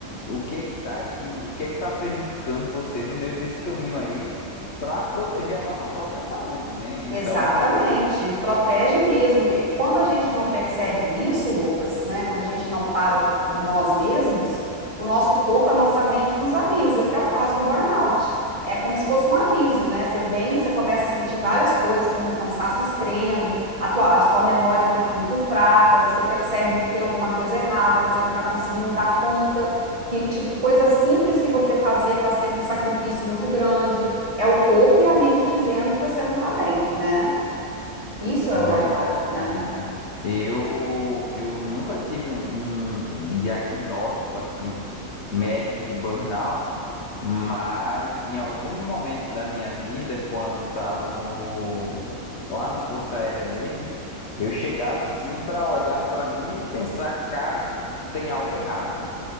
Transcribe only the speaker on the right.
Exatamente, protege mesmo. E quando a gente não percebe isso, Lucas, né? Quando a gente não para por, por nós mesmos, o nosso corpo, a nossa mente nos avisa, que é o caso do burnout. É como se fosse um aviso, né? Você vem, você começa a sentir várias coisas, como um cansaço extremo, a tua, a tua memória fica muito fraca, você percebe que tem alguma coisa errada, que você não está conseguindo dar conta, que, tipo, coisa simples que você fazia está sendo um sacrifício muito grande. É o corpo e a mente dizendo que você não está bem, né? Isso é
o burnout, né?